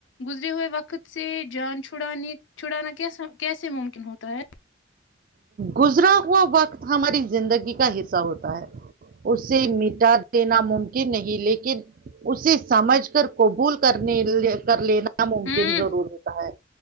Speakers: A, on the left (about 75°); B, on the right (about 45°).
A: گزرے ہوئے وقت سے جان چھڑانے چھڑانا کیسا کیسے ممکن ہوتا ہے
B: گزرا ہوا وقت ہماری زندگی کا حصہ ہوتا ہے اسے مٹا دینا ممکن نہیں لیکن اسے سمجھ کر قبول کرنے لے کر لینا نہ ممکن
A: ہوں
B: ضرور ہوتا ہے